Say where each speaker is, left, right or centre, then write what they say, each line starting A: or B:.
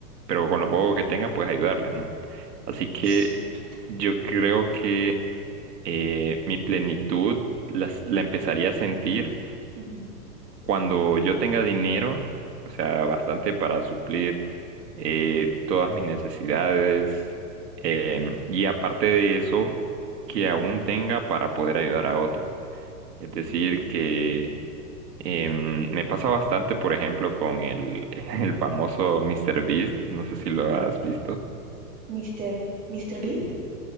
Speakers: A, on the right; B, on the right.
A: pero con lo poco que tenga, pues ayudarles, ¿no? Así que
B: Es cierto.
A: yo creo que eh, mi plenitud las- la empezaría a sentir
B: Ujú,
A: cuando yo tenga dinero, o sea, bastante para suplir eh, todas mis necesidades em, y aparte de eso, que
B: ujú.
A: aún tenga para poder ayudar a otros. Es
B: Mm.
A: decir, que em, me pasa bastante, por ejemplo, con el, <laughs> el famoso míster Beast no sé si lo has visto.
B: Mister, Mr. Beat,